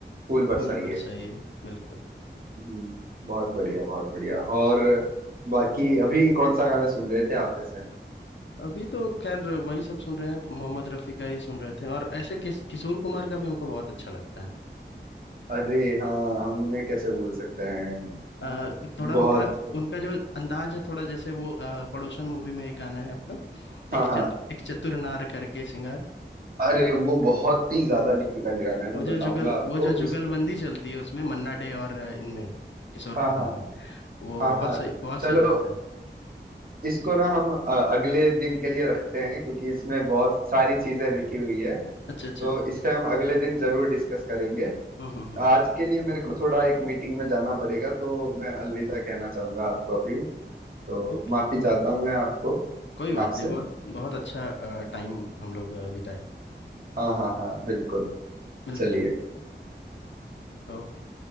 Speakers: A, on the right; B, on the left.
A: फूल बरसाइए
B: फूल बरसाई है बिल्कुल
A: हम्म, बहुत बढ़िया बहुत बढ़िया और बाकी अभी कौन सा गाना सुन रहे थे आप ऐसे
B: अभी तो खैर वही सब सुन रहे हैं मोहम्मद रफ़ी का ही सुन रहे थे और ऐसे किस किशोर कुमार का भी हमको बहुत अच्छा लगता है
A: अरे हाँ हम उन्हें कैसे भूल सकते हैं
B: अ, थोड़ा
A: बहुत
B: उनका उनका जो अंदाज है थोड़ा जैसे वो अ, पड़ोसन मूवी में एक गाना है आपका
A: हाँ
B: एक
A: हाँ
B: चतु, एक चतुर नार करके सिंगार
A: अरे वो बहुत ही ज्यादा डिफिकल्ट गाना है मैं
B: वो जो
A: बताऊंगा
B: जुगल
A: आपको
B: वो जो जुगलबंदी
A: उस
B: चलती है उसमें मन्ना डे और अ, इनमें किशोर
A: हाँ
B: कुमार
A: हाँ
B: में वो
A: हाँ
B: बहुत
A: हाँ
B: सही बहुत
A: चलो
B: सही लगता है
A: इसको ना हम अ, अगले दिन के लिए रखते हैं क्योंकि इसमें बहुत सारी चीजें लिखी हुई है
B: अच्छा अच्छा
A: तो इसे हम अगले दिन जरूर डिस्कस करेंगे
B: हम्म हम्म हम्म
A: आज के लिए मेरे को थोड़ा एक मीटिंग में जाना पड़ेगा तो मैं अलविदा कहना चाहूंगा आपको अभी तो
B: ठीक
A: माफी चाहता हूँ मैं आपको
B: कोई बात
A: आपसे
B: नहीं बहुत बहुत अच्छा टाइम हम लोग अ, बिताए
A: हाँ हाँ हाँ बिल्कुल
B: मिलते
A: चलिए
B: हैं ओके